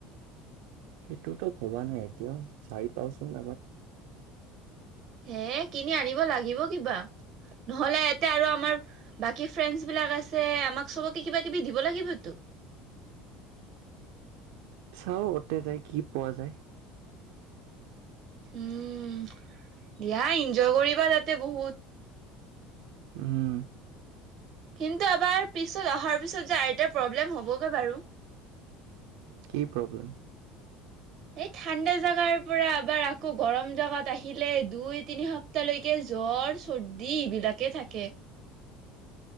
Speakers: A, on the right; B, on the right.
A: এইটোতো ভবা নাই এতিয়াও যায়েই পাওচোন আগত।
B: হে কিনি আনিব লাগিব কিবা নহ'লে এতে আৰু আমাৰ বাকী ফ্ৰেণ্ড বিলাক আছে আমাক চবকে কিবা কিবি দিব লাগিবতো।
A: চাও তাতে যাই কি পোৱা যায়।
B: উম দিয়া ইনজয় কৰিবা তাতে বহুত।
A: অ '
B: কিন্তু এবাৰ পিছত অহাৰ পিছত এবাৰ প্ৰব্লেম হ'বগে বাৰু।
A: কি প্ৰব্লেম?
B: এই ঠাণ্ডা জাগাৰ পৰা আবাৰ আকৌ গৰম জোগাত আহিলে দুই তিনি সপ্তাহ লৈকে জ্বৰ, চৰ্দি দি এইবিলাকে থাকে।